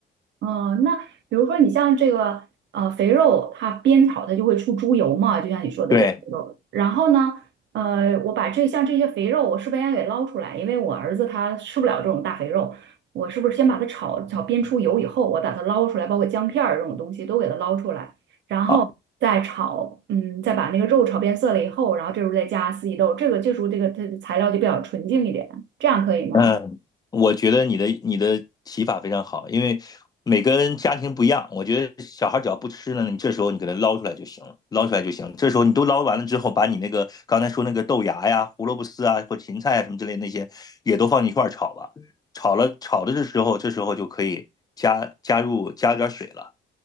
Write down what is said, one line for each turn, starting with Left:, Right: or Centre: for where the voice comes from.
Right: 嗯，那比如说你像这个呃肥肉，它煸炒它就会出猪油嘛，就像你说的这个肥肉。
Left: 对。
Right: 然后呢，呃，我把这像这些肥肉，我是不是应该给捞出来？因为我儿子他吃不了这种大肥肉，我是不是先把它炒炒煸出油以后，我把它捞出来，包括姜片儿这种东西都给它捞出来，然后再炒，
Left: 啊。
Right: 嗯，再把那个肉炒变色了以后，然后这时候再加四季豆，这个这时候这个它的材料就比较纯净一点，这样可以吗？
Left: 嗯，我觉得你的你的提法非常好，因为每个人家庭不一样，我觉得小孩只要不吃呢，你这时候你给他捞出来就行了，捞出来就行。这时候你都捞完了之后，把你那个刚才说那个豆芽呀、胡萝卜丝啊或芹菜啊什么之类的那些也都放一块儿炒吧。炒了炒的这时候，这时候就可以加加入加点儿水了。